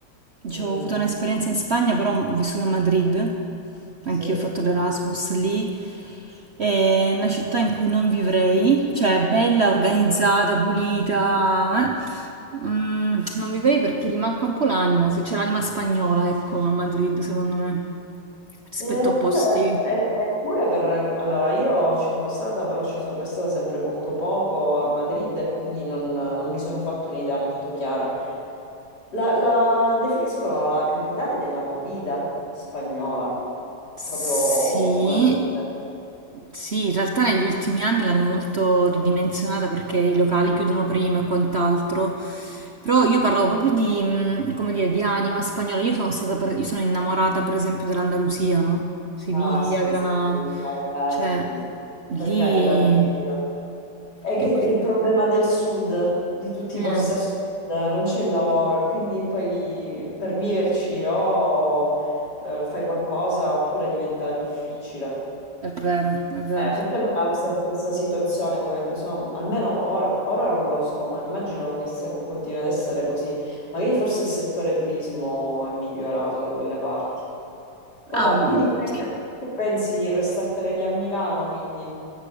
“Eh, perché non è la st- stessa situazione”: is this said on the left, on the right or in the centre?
Left